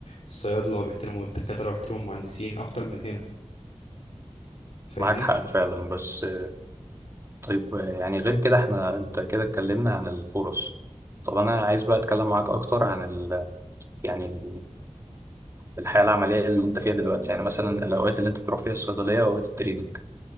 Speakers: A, on the left; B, on the right.
A: الصيادلة وبيحترموا الدكاترة وبيحترموا المهندسين اكتر من هنا فاهمني
B: معاك حق فعلا بس آه، طيب آه، يعني غير كده إحنا أنت كده اتكلمنا عن الفرص طب أنا عايز بقى أتكلم معاك أكتر عن ال... يعني الحياه العمليه اللي انت فيها دلوقتي يعني مثلا الاوقات اللي انت بتروح فيها الصيدليه واوقات التريننج